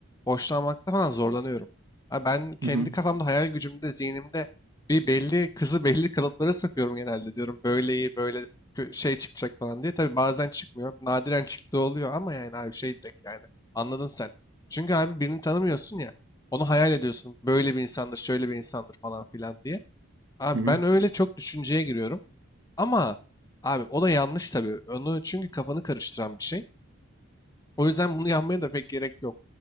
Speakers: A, on the left; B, on the right.
A: hoşlanmakta falan zorlanıyorum. Abi ben kendi
B: Hı hı.
A: kafamda hayal gücümde zihnimde bir belli kızı belli kalıplara sıkıyorum genelde diyorum böyle iyi böyle kö- şey çıkacak falan diye. Tabii bazen çıkmıyor nadiren çıktığı oluyor ama yani abi şey direkt yani anladın sen. Çünkü abi birini tanımıyorsun ya onu hayal ediyorsun böyle bir insandır şöyle bir insandır falan filan diye. Abi
B: Hı hı.
A: ben öyle çok düşünceye giriyorum. Ama abi o da yanlış tabii. Onu çünkü kafanı karıştıran bir şey. O yüzden bunu yapmaya da pek gerek yok.